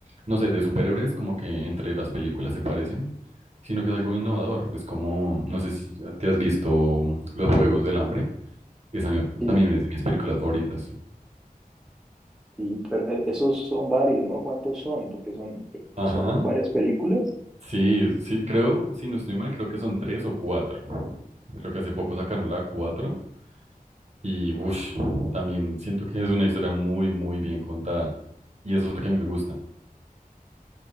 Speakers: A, on the right; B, in the centre.
A: no sé, de superhéroes como que entre las películas se parecen, sino que es algo innovador. Es como, no sé si ya te has visto mm, Los Juegos del Hambre, esa me-
B: Sí,
A: también es de mis películas favoritas.
B: sí, pero eh, esos son varios, ¿no? ¿Cuántos son? Porque son,
A: Ajá.
B: son varias películas.
A: Sí, sí, creo, si no estoy mal, creo que son tres o cuatro. Creo que hace poco sacaron la cuatro y uff, también siento que es una historia muy, muy bien contada y eso es lo que a mí me gusta.